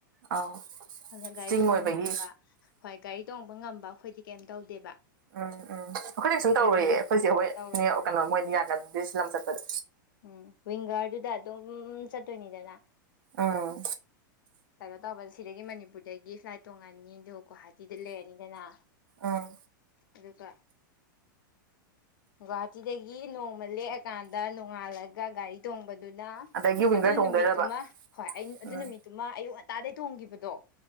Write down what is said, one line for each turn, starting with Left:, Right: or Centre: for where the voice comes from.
Right: ꯑꯥꯎ
Left: ꯑꯗꯨꯅ ꯒꯥꯔꯤ
Right: ꯆꯤꯡ
Left: ꯇꯣꯡꯕ
Right: ꯑꯣꯏꯕꯒꯤ
Left: ꯉꯝꯕ ꯍꯣꯏ ꯒꯥꯔꯤ ꯇꯣꯡꯕ ꯉꯝꯕ ꯑꯩꯈꯣꯏꯗꯤ ꯀꯩꯝ ꯇꯧꯗꯦꯕ
Right: ꯎꯝ ꯎꯝ ꯑꯩꯈꯣꯏ ꯀꯩꯁꯨꯝ
Left: ꯍꯥꯏꯗꯤ
Right: ꯇꯧꯔꯣꯏꯌꯦ ꯑꯩꯈꯣꯏ ꯆꯦ ꯋꯦꯠ
Left: ꯇꯧꯔꯣꯏ
Right: ꯅꯦ
Left: ꯇꯧꯔꯣꯏ
Right: ꯀꯩꯅꯣ ꯃꯣꯏꯗꯤ ꯌꯥꯗꯝꯅꯦ ꯗꯤꯁꯂꯝ ꯆꯠꯄꯗ
Left: ꯎꯝ ꯋꯤꯡꯒꯔꯗꯨꯗ ꯑꯗꯨꯝ ꯆꯠꯇꯣꯏꯅꯤꯗꯅ
Right: ꯑꯥ
Left: ꯀꯩꯅꯣ ꯇꯧꯕꯗ ꯁꯤꯗꯒꯤ ꯃꯅꯤꯄꯨꯔꯗꯒꯤ ꯐ꯭ꯂꯥꯏꯠ ꯇꯣꯡꯉꯅꯤ ꯑꯗꯨ ꯒꯨꯍꯥꯇꯤꯗ ꯂꯩꯔꯅꯤꯗꯅ
Right: ꯑꯥ
Left: ꯑꯗꯨꯒ ꯒꯨꯍꯥꯇꯤꯗꯒꯤ ꯅꯣꯡꯃ ꯂꯦꯛꯑꯀꯥꯟꯗ ꯅꯣ ꯅꯣꯡꯉꯥꯜꯂꯒ ꯒꯥꯔꯤ ꯊꯣꯡꯕꯗꯨꯅ
Right: ꯑꯗꯒꯤ ꯋꯤꯡꯒꯔ
Left: ꯑꯗꯨ
Right: ꯇꯣꯡꯗꯣꯏꯔꯕ
Left: ꯅꯨꯃꯤꯠꯇꯨꯃ ꯍꯣꯏ ꯑꯩ ꯑꯗꯨ
Right: ꯎꯝ
Left: ꯅꯨꯃꯤꯠꯇꯨꯃ ꯑꯌꯨꯛ ꯉꯟ ꯇꯥꯗꯩ ꯇꯣꯡꯈꯤꯕꯗꯣ